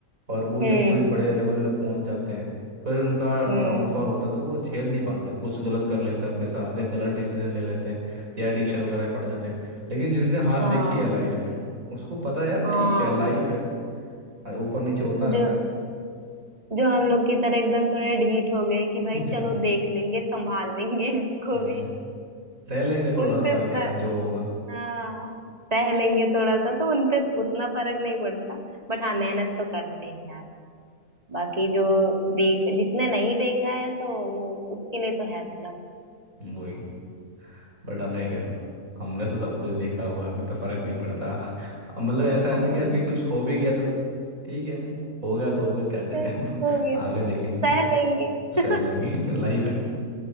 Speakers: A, on the right; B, on the right.
A: और वो
B: हम्म
A: जब कोई बड़े लेवल पे पहुंच जाते हैं फिर उनका
B: हम्म
A: डाउनफॉल होता है तो वो झेल नहीं पाते कुछ गलत कर लेते हैं अपने साथ में गलत डिसीजन ले लेते हैं या एडिक्शन वगैरह में पड़ जाते हैं लेकिन जिसने हार
B: हाँ
A: देखी है लाइफ में उसको पता है यार
B: हाँ
A: ठीक है लाइफ है आ- ऊपर नीचे होता
B: जो
A: रहता है
B: जो हम लोग की तरह एकदम थोड़े ढीठ हो गए कि भाई
A: <laughs>
B: चलो देख लेंगे संभाल लेंगे इसको
A: हम्म
B: भी
A: सह लेंगे थोड़ा
B: उन पे
A: और
B: उतना
A: क्या जो होगा
B: हाँ सह लेंगे थोड़ा सा तो उन पे उतना फर्क नहीं पड़ता बट हाँ मेहनत तो करते हैं बाकी जो देख जिसने नहीं देखा है तो वो उसके लिए तो है थोड़ा
A: वही बट हमें क्या हमने तो सब कुछ देखा हुआ है हमें तो फर्क नहीं पड़ता अब मतलब ऐसा है
B: काम
A: ना कि अभी कुछ हो भी गया तो ठीक है हो गया तो हो गया क्या करें
B: <laughs> हो
A: हम <laughs>
B: गया
A: आगे देखेंगे
B: सह लेंगे <laughs>
A: सह लेंगे <laughs> लाइफ है